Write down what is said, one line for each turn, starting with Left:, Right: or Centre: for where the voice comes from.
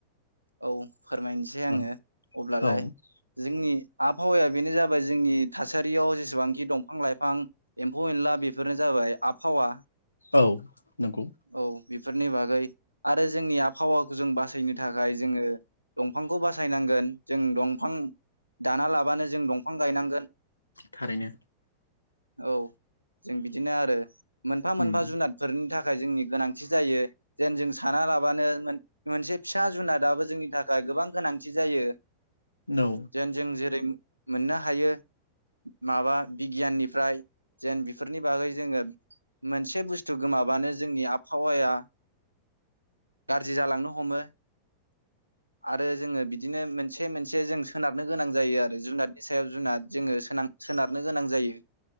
Right: औ फोरमायनोसै आङो
Left: औ
Right: अब्लालाय
Left: औ
Right: जोंनि आबहावाया बेनो जाबाय जाबाय जोंनि थासारियाव जेसेबांखि दंफां लाइफां एम्फौ एनला बेफोरनो जाबाय आबहावा
Left: औ नंगौ
Right: औ बेफोरनि बागै आरो जोंनि आबहावा खौ जों बासायनो थाखाय जोंङो, दंफांखौ बासायनांगोन जों दंफां दाना लाबानो जों दंफां गायनांगोन,
Left: थारैनो
Right: औ जों बिदिनो आरो मोनफा-मोनफा
Left: उम
Right: जुनादफोरनि थाखाय थाखाय जोंनि गोनांथि जायो जेन जों साना लाबानो मो-मोनसे फिसा जुनादाबो जोंनि थाखाय गोबां गोनांथि जायो,
Left: औ
Right: जेन जों जेरै, मोननो हायो माबा बिगियाननिफ्राय जेन बेफोरनि बागै जोंङो मोनसे बुस्थु गोमाबानो जों जोंनि आबहावाया गाज्रि जालांनो हमो। आरो जोंङो बिदिनो मोनसे मोनसे जों सोनारनो गोनां जायो आरो जुनादनि सायाव जुनाद जोंङोनां सो-सोनारनो गोनां जायो।